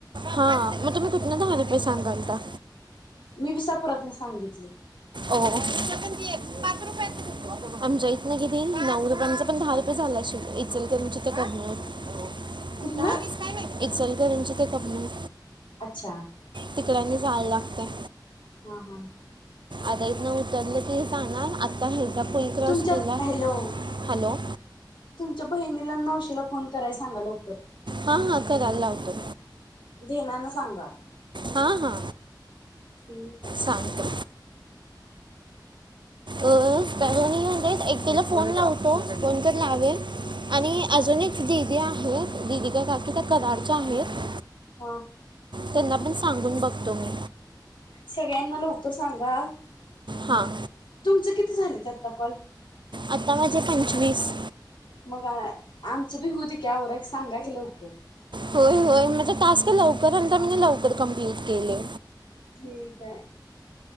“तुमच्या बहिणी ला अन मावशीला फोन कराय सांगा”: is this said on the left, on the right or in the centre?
Left